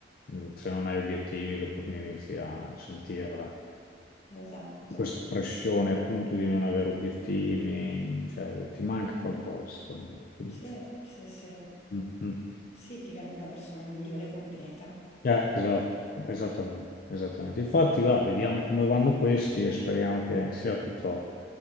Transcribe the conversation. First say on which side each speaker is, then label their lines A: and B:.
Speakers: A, on the left; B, on the left.
A: mm, se non hai obiettivi, dopo ne inizi a sentirla.
B: esatto.
A: Questa pressione appunto di non avere obiettivi, cioè ti manca qualcosa, secondo me. Quindi,
B: Sì, sì, sì.
A: mm, mm.
B: Sì, ti rende una persona migliore, completa.
A: Eh, esatto, esattamente, esattamente. Infatti, va, vediamo come vanno questi e speriamo che sia tutto